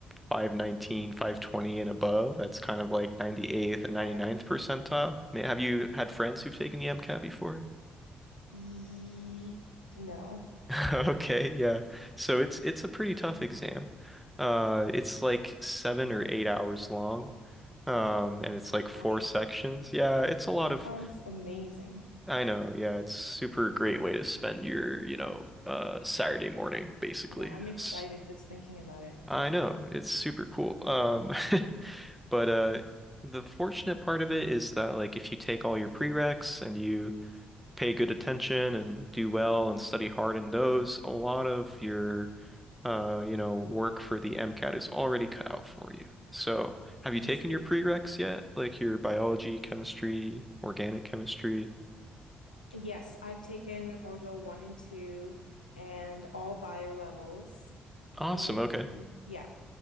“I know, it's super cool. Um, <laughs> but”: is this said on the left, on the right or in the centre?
Centre